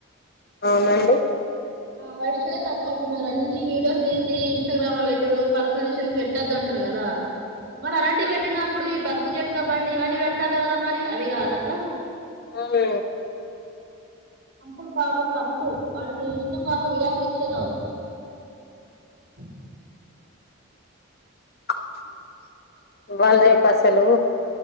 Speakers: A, on the left (about 45°); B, on the right (about 55°).
A: అవునండి
B: వైష్ణవిదే తప్పు అంటున్నారు అన్ని వీడియోస్ తీసి ఇన్స్టాగ్రామ్ లో పెట్టుడు పర్సనల్ ఇష్యూస్ పెట్టొద్దు అంటరు కదా మరి అలాంటివి పెట్టినప్పుడు ఈ బతుకు జట్ బండి ఇవన్నీ పెడతారులే కదా, మరి అవి కాద అట్లా.
A: ఊ
B: అప్పుడు పాపం తప్పు. వాడికి ఇష్టంగాకు విడాకులు ఇచ్చేదా <inaudible>
A: <unintelligible> వాళ్ళ రేపసలు